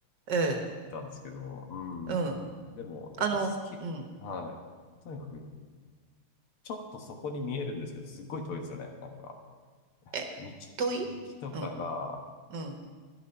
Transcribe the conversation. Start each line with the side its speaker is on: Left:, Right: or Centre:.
Right: ええ
Left: たんですけど、うん。
Right: うん。
Left: でも、やっぱ好き。
Right: あの、うん。
Left: はい。とにかく、ちょっとそこに見えるんですけど、すっごい遠いんですよね。なんか、
Right: え、
Left: 道、
Right: 遠いうん、
Left: 道とかが、
Right: うん。